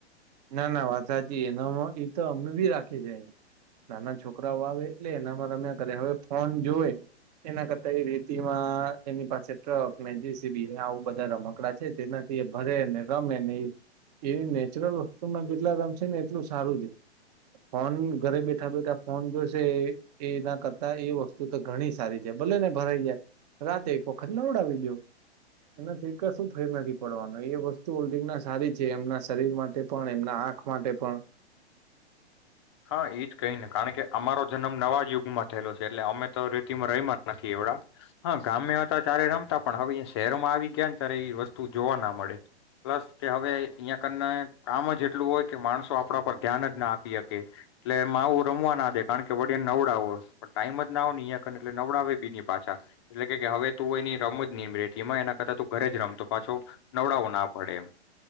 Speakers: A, on the right; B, on the left.
A: ના ના વાસાાજી એનામાં એ તો અમે બી રાખી છે અ નાના છોકરાઓ આવે એટલે એનામાં રમ્યા કરે હવે ફોન જોવે એના કરતા એ રેતીમાં એની પાસે ટ્રક ને જીસીબી આવું બધા રમકડા છે તેનાથી એ ભરે ને રમે ને એ નેચરલ જેટલા રમશે ને એટલું સારું છે ફોન ઘરે બેઠા બેઠા ફોન જોશે એ ના કરતા એ વસ્તુ તો ઘણી સારી છે ભલે ને ભરાઈ જાય રાતે એક વખત ના ઉડાવી દો એનાથી કશું ફેર નથી પડવાનો એ વસ્તુ ઓલ્ડંગ ના સારી છે એમના શરીર માટે પણ એમના આંખ માટે પણ.
B: હા એજ કઈ ને કારણ કે અમારો જન્મ નવા યુગમાં થયેલો છે એટલે અમે તો રેતીમાં રહીમાં જ નથી એડા હા ગામે હતા ત્યારે રમતા પણ હવેયા શહેરોમાં આવી ગયા ને ત્યારે એ વસ્તુ જોવા ના મળે પ્લસ કે હવે અહીંયા કરને કામ જ એટલું હોય કે માણસો આપણા પર ધ્યાન જ ના આપી એટલે માહુ રમવા ના દે કારણ કે વળ નવડાવો. ટાઈમ જ નો અંને એટલે નવડાવે બી પાછા. એટલે કે હવે તું એની રમ જ નહી રેઠ એમાં એના કરતા તું ઘરે જ રમતો. પાછો નવડાવો ના પડે એમ